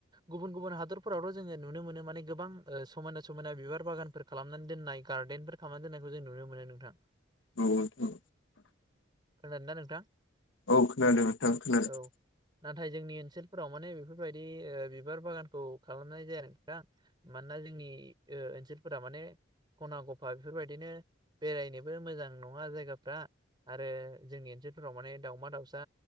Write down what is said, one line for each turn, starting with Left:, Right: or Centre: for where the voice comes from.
Right: गुबुन गुबुन हादरफोरावथ' जोङो नुनो मोनो माने गोबां समायना समायना बिबार बागानफोर खालामनानै दोन दोन्नाय गार्दडेनफोर खालामनानै दोननायखौ जों नुनो मोनो नोंथां
Left: औ औ
Right: खोनादों दा नोंथां?
Left: औ खोनादों नोंथां खोनादों
Right: औ नाथाय जोंनि ओ सोरफोराव माने बेफोरबायदि ओ बिबार बागानखौ खालामनाय जाया नोंथां मानोना जोंनि ओनसोलफोरा माने खना गफा बेफोरबायदिनो बेरायनोबो मोजां नङा जायगाफ्रा आरो जोंनि ओनसोलफोराव माने दाावमा दाउसा